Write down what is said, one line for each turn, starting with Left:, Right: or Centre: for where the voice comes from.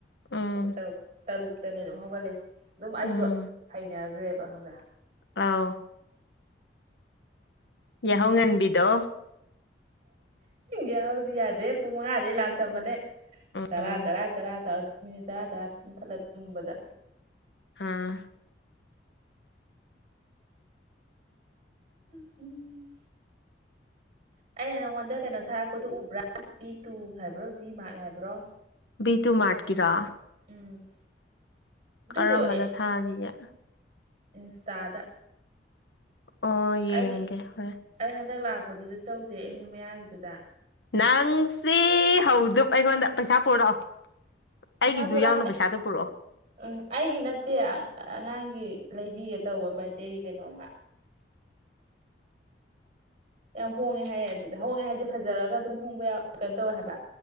Left: ꯎꯝ
Right: ꯄꯨꯡ ꯇꯔꯨꯛ ꯇꯔꯨꯛꯇꯅꯦ ꯑꯗꯨꯝ ꯍꯧꯒꯠꯂꯁꯦ ꯑꯗꯨꯝ ꯑꯩꯗꯣ
Left: ꯎꯝ
Right: ꯍꯩꯅꯈ꯭ꯔꯦꯕꯕꯥ
Left: ꯑꯥꯎꯍꯍꯘ ꯌꯥꯍꯧ ꯉꯟꯕꯤꯗꯣ
Right: ꯌꯥꯎꯗꯤ ꯌꯥꯗ꯭ꯔꯦ ꯄꯨꯡ ꯃꯉꯥꯗꯂꯥꯟ ꯊꯝꯕꯅꯦ
Left: ꯎꯝ
Right: ꯇꯔꯥ ꯇꯔꯥ ꯇꯔꯥ ꯇꯔꯥ ꯇꯔꯥ ꯇꯔꯥꯊꯠꯂ ꯇꯨꯝꯕꯗ
Left: ꯍꯥꯥ
Right: ꯎ ꯎꯝ ꯑꯩꯅ ꯅꯪꯉꯣꯟꯗ ꯀꯩꯅꯣ ꯊꯥꯔꯛꯄꯗꯨ ꯎꯕ꯭ꯔꯥ ꯚ ꯇꯨ ꯍꯥꯏꯕ꯭ꯔꯣ ꯚ ꯃꯥꯔꯠ ꯍꯥꯏꯕ꯭ꯔꯣ
Left: ꯕꯤꯇꯨ ꯃꯥꯔꯇꯀꯤꯔꯣ
Right: ꯎꯝ ꯑꯗꯨꯗꯣ
Left: ꯀꯔꯝꯕꯗ
Right: ꯑꯩ
Left: ꯊꯥꯈꯤꯒꯦ
Right: ꯏꯟꯁꯇꯥꯗ
Left: ꯑꯣ ꯌꯦꯡꯒꯦ
Right: ꯑꯩ
Left: ꯍꯣꯔꯦꯟ
Right: ꯑꯩ ꯍꯟꯗꯛ ꯂꯥꯛꯄꯗꯨꯗꯤ ꯆꯧꯖꯩ ꯑꯦꯝ ꯌꯨ ꯃꯌꯥꯒꯤꯗꯨꯗ
Left: ꯅꯪꯁꯦ ꯍꯧꯗꯕ ꯑꯩꯉꯣꯟꯗ ꯄꯩꯁꯥ ꯄꯨꯔꯛꯑꯣ
Right: ꯄꯩꯁꯥ
Left: ꯑꯩꯒꯤꯁꯨ
Right: ꯄꯨꯂ
Left: ꯌꯥꯎꯅ
Right: ꯀꯅꯦ
Left: ꯄꯩꯁꯥꯗꯣ ꯄꯨꯔꯛꯑꯣ
Right: ꯎꯝ ꯑꯩꯒꯤ ꯅꯠꯇꯦ ꯑꯉꯥꯡꯒꯤ ꯂꯩꯕꯤꯒꯦ ꯇꯧꯕ ꯕꯥꯔꯗꯦꯒꯤ ꯀꯩꯅꯣꯝꯃ ꯌꯥꯝ ꯍꯣꯡꯉꯦ ꯍꯥꯏꯌꯦ ꯑꯗꯨꯗ ꯍꯣꯡꯉꯦ ꯍꯥꯏꯕꯗꯤ ꯐꯖꯔꯒ ꯑꯗꯨꯝ ꯍꯣꯡꯕ ꯌꯥꯎꯋꯦ ꯀꯩꯅꯣ ꯇꯧꯋꯦ ꯍꯥꯏꯕ